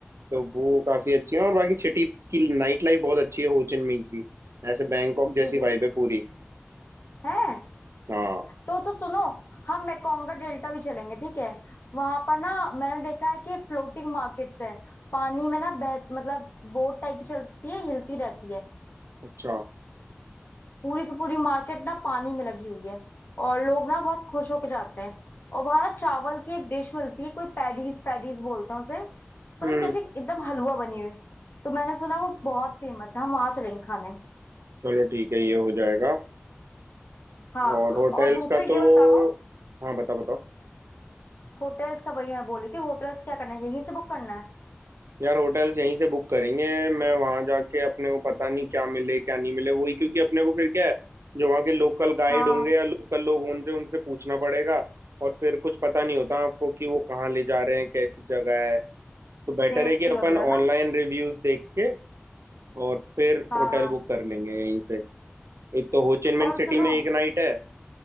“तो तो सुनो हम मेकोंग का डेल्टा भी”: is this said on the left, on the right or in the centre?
Left